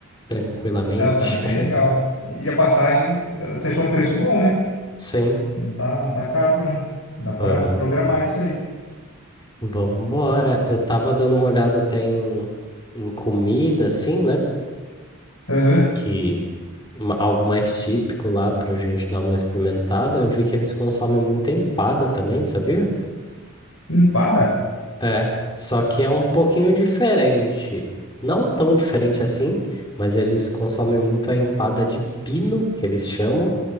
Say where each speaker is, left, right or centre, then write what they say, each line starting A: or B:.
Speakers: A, on the left; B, on the left.
A: tranquilamente.
B: Não, cara, bem
A: <laughs>
B: legal. E a passagem, eh, você achou um preço bom, né?
A: Sim.
B: Não tá, não tá caro, não. Dá pra
A: Aham.
B: programar isso aí.
A: Vambora. Eu tava dando uma olhada até em, em comida, assim, né?
B: Aham.
A: Que, uma- algo mais típico lá pra gente dar uma experimentada. Eu vi que eles consomem muita empada também, sabia?
B: Empada?
A: É, só que é um pouquinho diferente. Não tão diferente assim, mas eles consomem muito a empada de pino, que eles chamam,